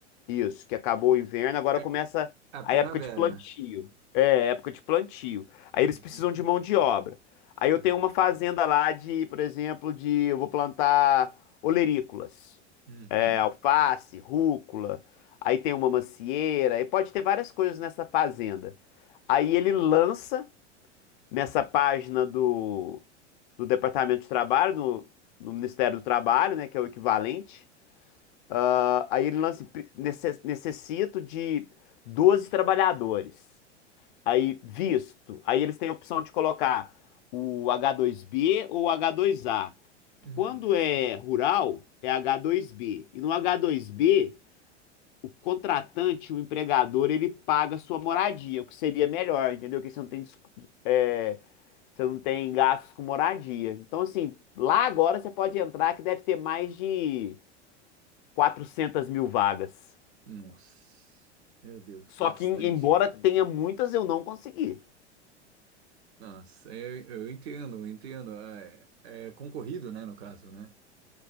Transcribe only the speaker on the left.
Isso, que acabou o inverno, agora começa
a
época de plantio. É, época de plantio. Aí
eles precisam de mão de obra. Aí
eu tenho uma fazenda lá de, por exemplo, de eu vou plantar olerícolas,
é, alface, rúcula. Aí tem uma macieira, e pode ter várias coisas nessa fazenda. Aí ele lança nessa página do, do Departamento de Trabalho, no, no Ministério do Trabalho, né, que é o equivalente. Ah, aí ele lança, pre- necess- necessito de 12 trabalhadores. Aí, visto. Aí eles têm a opção de colocar o H2B ou o H2A.
Quando é rural, é H2B. E no H2B, o contratante, o empregador, ele paga a sua moradia, o que seria melhor, entendeu? Porque você não tem, dis- é, você não tem gastos com moradia. Então, assim, lá agora você pode entrar que deve ter mais de 400 mil vagas.
Só
que, embora tenha muitas, eu não consegui.